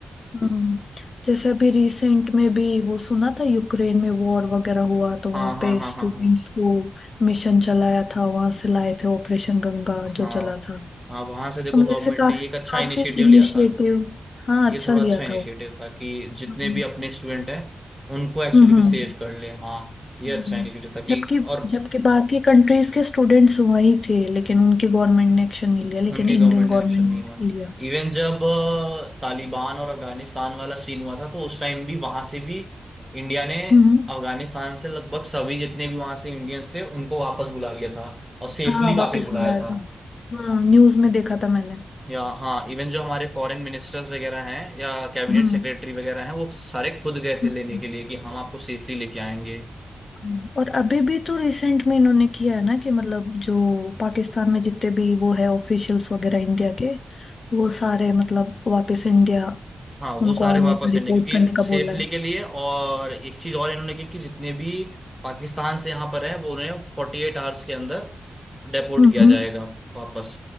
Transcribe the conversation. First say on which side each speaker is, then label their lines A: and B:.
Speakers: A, on the left; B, in the centre.
A: हम्म जैसे अभी रिसेंट में भी वो सुना था यूक्रेन में वॉर वगैरह हुआ तो वहाँ
B: हाँ हाँ
A: पे
B: हाँ
A: स्टूडेंट्स
B: हाँ हाँ
A: को मिशन चलाया था वहां से लाए थे ऑपरेशन गंगा जो
B: हाँ
A: चला था
B: हाँ वहां से देखो
A: तो मुझे
B: गवर्नमेंट
A: ऐसे काफी
B: ने एक अच्छा
A: काफी
B: इनिशिएटिव
A: इनिशिएटिव
B: लिया था
A: हाँ
B: ये
A: अच्छा
B: थोड़ा
A: लिया
B: अच्छा इनिशिएटिव
A: था वो
B: था कि जितने
A: हम्म
B: भी अपने स्टूडेंट हैं उनको एक्चुअली
A: हम्म
B: में
A: हम्म,
B: सेव कर ले हाँ ये
A: हम्म।
B: अच्छा इनिशिएटिव था कि
A: जबकि
B: और
A: जबकि बाकी कंट्रीज के स्टूडेंट्स वही थे लेकिन उनकी गवर्नमेंट ने एक्शन नहीं लिया लेकिन
B: उनकी
A: इंडियन
B: गवर्नमेंट
A: गवर्नमेंट
B: ने एक्शन नहीं हुआ
A: ने लिया
B: इवन जब अ, तालिबान और अफगानिस्तान वाला सीन हुआ था तो उस टाइम भी वहां से भी इंडिया ने
A: हम्म
B: अफगानिस्तान से लगभग सभी जितने भी वहां से इंडियंस थे उनको वापस बुला लिया था और सेफली
A: हाँ
B: काफी
A: वापस
B: बुलाया
A: बुलाया
B: था
A: था हम्म न्यूज में देखा था मैंने
B: या हाँ इवन जो हमारे फॉरेन मिनिस्टर्स वगैरह हैं या कैबिनेट
A: हम्म
B: सेक्रेटरी वगैरह हैं वो सारे खुद गए
A: हम्म,
B: थे लेने के लिए कि हम आपको सेफली लेके आएंगे
A: हम्म। और अभी भी तो रिसेंट में इन्होंने किया है ना कि मतलब जो पाकिस्तान में जितने भी वो है ऑफिशियल्स वगैरह इंडिया के वो सारे मतलब वापस इंडिया
B: हाँ
A: उनको
B: वो सारे
A: आने
B: वापस
A: का रिपोर्ट
B: लेंगे क्योंकि
A: करने का
B: सेफली
A: बोला है
B: के लिए और एक चीज और इन्होंने की कि जितने भी पाकिस्तान से यहाँ पर हैं वो उन्हें फोर्टी एट आवर्स के अंदर डेपोर्ट
A: हम्म
B: किया
A: हम्म
B: जाएगा वापस